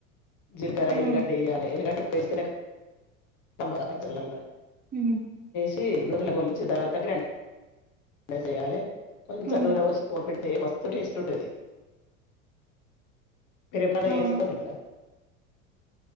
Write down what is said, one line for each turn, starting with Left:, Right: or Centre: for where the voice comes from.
Left: జీలకర్ర
Right: ఉమ్
Left: ఎల్లుగడ్డ ఎయాలె ఎల్లుగడ్డ ఎక్కుేస్తేనేమ్ల్ల <unintelligible>
Right: హుమ్
Left: తి నూన్ కొలిచ్చ తర్వాత కం <unintelligible> ఇట్ల చేయాలె కొంచెం
Right: ఉమ్
Left: నూనె పోసి పోపు పెడితే మస్తు టేస్ట్ ఉంటది ఇక రేపన్న
Right: అవును
Left: చేసుకొండి ఇట్లా